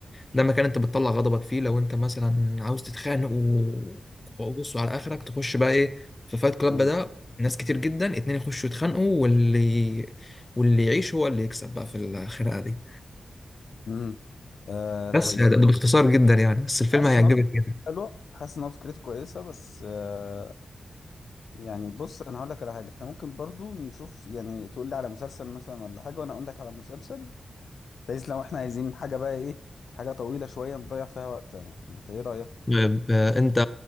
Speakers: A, on the left (about 30°); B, on the left (about 75°).
A: ده مكان انت بتطلع غضبك فيه لو انت مثلا عاوز تتخانق و- وبص على اخرك تخش بقى ايه في فايت كلاب
B: مم،
A: ده ناس كتير جدا اتنين يخشوا يتخانقوا واللي واللي يعيش هو اللي يكسب بقى في الخناقه دي
B: مم. آه
A: بس
B: طيب
A: ده والله ده باختصار جدا يعني بس الفيلم
B: حاسس
A: هيعجبك
B: إن هو
A: جدا
B: حلوة حاسس إن هو فكرته كويسة بس آه يعني بص أنا هقول لك على حاجة إحنا ممكن برضو نشوف يعني تقول لي على مسلسل مثلا ولا حاجة وأنا أقول لك على مسلسل بحيث لو إحنا عايزين حاجة بقى إيه حاجة طويلة شوية نضيع فيها وقتنا أنت إيه رأيك؟
A: طيب، آه، انت